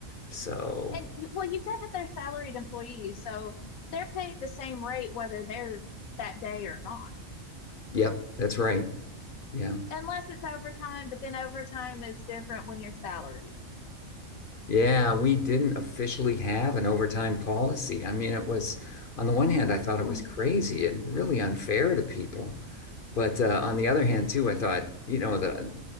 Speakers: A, on the left; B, on the left.
A: So,
B: And well, you said that they're salaried employees, so they're paid the same rate whether they're that day or not,
A: yep, that's right. Yeah.
B: unless it's overtime. But then overtime is different when you're salaried.
A: Yeah, we didn't officially have an overtime policy. I mean, it was, on the one
B: Mm.
A: hand, I thought it was crazy and really unfair to people. But uh, on the other hand, too, I thought, you know, the